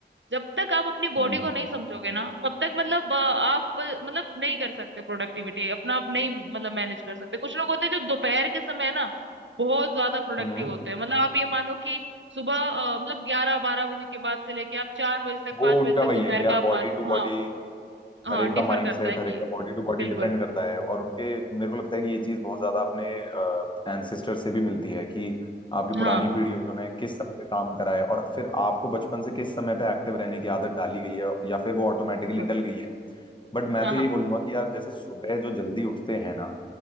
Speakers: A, on the right; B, on the left.
A: जब तक आप अपनी बॉडी
B: हम्म
A: को नहीं समझोगे ना तब तक मतलब अ, आप अ, मतलब नहीं कर सकते प्रोडक्टिविटी अपना आप नहीं मतलब मैनेज कर सकते कुछ लोग होते हैं जो दोपहर के समय ना बहुत ज्यादा प्रोडक्टिव
B: हम्म
A: होते हैं मतलब आप ये मानो कि सुबह अ, मतलब ग्यारह बारह बजे के बाद से लेके आप चार बजे तक
B: वो
A: पांच बजे
B: उनका
A: तक
B: वही
A: दोपहर
B: है कि यार
A: का आप
B: बॉडी
A: मानो
B: टू बॉडी
A: हाँ हाँ
B: हर एक
A: डिफर
B: का माइंड
A: करता
B: सेट
A: है कि
B: हर एक का बॉडी टू बॉडी
A: बिल्कुल
B: डिपेंड करता है और उनके मेरे को लगता है कि ये चीज बहुत ज्यादा अपने एंसेस्टर से भी मिलती है कि आपकी
A: हाँ
B: पुरानी पीढ़ियों ने किस समय पे काम करा है और फिर आपको बचपन से किस समय पे एक्टिव रहने की आदत डाली गई है या फिर वो ऑटोमेटिकली
A: बिल्कुल,
B: डल गई है बट मैं
A: हाँ
B: तो
A: हाँ
B: यही बोलूंगा कि यार जैसे सुबह जो जल्दी उठते हैं ना